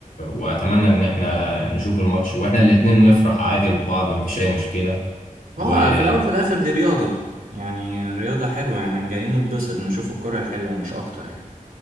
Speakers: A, on the left; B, on the right.
A: واتمنى ان احنا نشوف الماتش واحنا الاتنين نفرح عادي لبعض مفيش اي مشكلة وبالظبط
B: اه في الاول في الاخر دي رياضة يعني رياضة حلوة يعني جايين نتبسط نشوف الكرة الحلوة مش اكتر يعني